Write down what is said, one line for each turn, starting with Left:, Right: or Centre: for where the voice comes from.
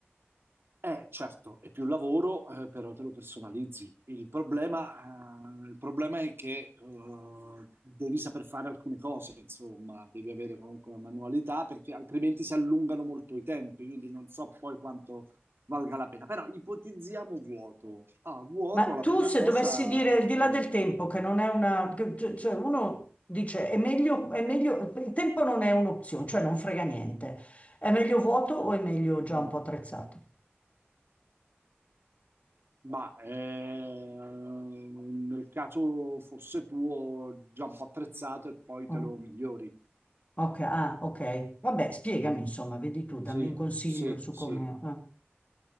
Right: Eh, certo, è più lavoro, eh, però te lo personalizzi. Il problema, eh, il problema è che eh, devi saper fare alcune cose, insomma, devi avere comunque una manualità perché altrimenti si allungano molto i tempi, quindi non so poi quanto valga la pena. Però ipotizziamo vuoto. Ah, vuoto,
Left: Ma
Right: la
Left: tu
Right: prima
Left: se
Right: cosa,
Left: dovessi dire il di
Right: eh,
Left: là del tempo, che non è una... che- c- cioè uno dice è meglio, è meglio... Il tempo non è un'opzione, cioè non frega niente. È meglio vuoto o è meglio già
Right: no.
Left: un po' attrezzato?
Right: ma eh, nel caso forse tuo già un po' attrezzato e poi
Left: Oh,
Right: te lo migliori.
Left: ok, ah, ok. Vabbè, spiegami insomma, vedi tu, dammi
Right: Sì,
Left: un consiglio
Right: sì,
Left: su
Right: sì.
Left: come... eh,